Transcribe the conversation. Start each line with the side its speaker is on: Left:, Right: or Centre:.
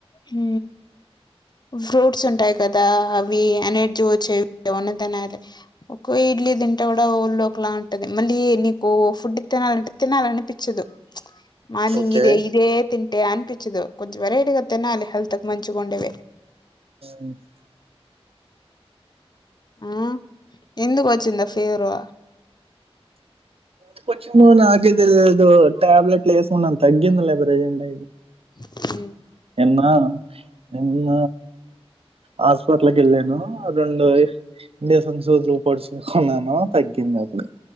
Left: హ ఫ్రూట్స్ ఉంటాయి కదా అవి ఎనర్జీ వచ్చేవి అవి అన్ని తినాలి ఒక ఇడ్లీ తింటే కూడా ఓళ్ళు ఒకలా ఉంటది మళ్ళీ నీకు ఫుడ్ తినాలంటే తినాలీ అనిపించదు మార్నింగ్
Right: ఓకే
Left: ఇదే ఇదే తి ే అనిపించదు కొంచెం వెరైటీ గా తినాలి అ హల్త్్ మంచంచిుకుండేవి
Right: ఎందుకు
Left: ఆ ఎందుకు వచ్చిందా ఆ ఫీవరు
Right: <unintelligible> నాకే తెలీదు ట్యాబ్లేెట్ వేసుకున్న తగ్గింది లే ప్రెసెంట్
Left: <unintelligible>
Right: నిన్న నిన్న హాస్పిటల్కి వెళ్ళాను రెండు ఇంజెక్షన్ గ్లూ పొడిశా అన్నానా తగ్గింది అప్పుడు